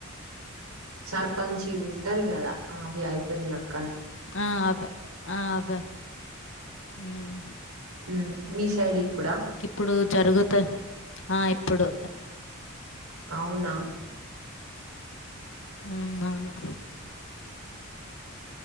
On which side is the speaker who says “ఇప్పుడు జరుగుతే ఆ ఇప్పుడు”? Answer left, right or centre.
Left